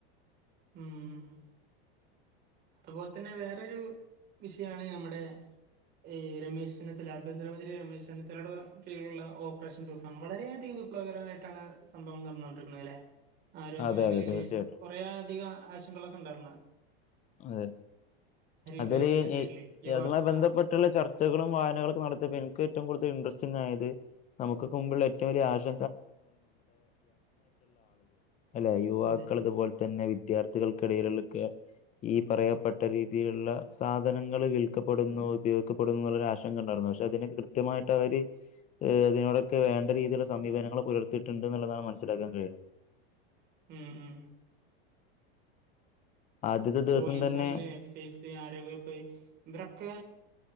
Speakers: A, on the right; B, on the left.
A: ഉം അതുപോലെ തന്നെ വേറൊരു വിഷയാണ് ഞമ്മടെ ഈ രമേശ്‌ ചെന്നിത്തല ആഭ്യന്തരമന്ത്രി രമേശ്‌ ചെന്നിത്തലയുടെ കീഴിലുള്ള ഓപ്പറേഷൻ തുഫാൻ വളരെയധികം വിപ്ലവകരമായിട്ടാണ് സംഭവം നടന്നോണ്ടിരിക്കണേ ലേ ആരോഗ്യമേഖലയില്
B: അതെ അതെ തീർച്ചയായിട്ടും
A: കുറെയധികം ആശങ്കളൊക്ക ണ്ടായിരുന്നേ
B: അതെ അതില്
A: ഉപയോഗത്തിന്റെ പേരില് യുവാ
B: അതുമായി ബന്ധപ്പെട്ടുള്ള
A: ആ
B: ചർച്ചകളും വായനകളൊക്കെ നടത്തിയപ്പോ എനിക്ക് ഏറ്റവും കൂടുത ഇൻട്രസ്റ്റിംഗ ആയത് നമുക്ക് മുമ്പുള്ള ഏറ്റവും വലിയ ആശ അല്ലെ യുവാക്കൾ
A: അതെ
B: അതുപോലെ തന്നെ വിദ്യാർത്ഥികൾക്കിടയിലൊക്കെ ഈ പറയപ്പെട്ട രീതിയിലുള്ള സാധനങ്ങൾ വിൽക്കപ്പെടുന്നു ഉപയോഗിക്കപ്പെടുന്നു എന്നുള്ള ഒരു ആശങ്ക ഉണ്ടായിരുന്നു പക്ഷെ അതിനൊക്കെ കൃത്യമായിട്ട് അവര് അതിനോടൊക്കെ വേണ്ട രീതിയിലുള്ള സമീപനങ്ങൾ പുലർത്തിയിട്ടുണ്ട് എന്നുള്ളതാണ് മനസ്സിലാക്കാൻ കഴിയുന്നത്
A: ഉം ഉം
B: ആദ്യത്തെ ദിവസം
A: പോലീസാണെങ്കില്
B: തന്നെ
A: എക്സൈസ്, ആരോഗ്യവകുപ്പ് ഇവരൊക്കെ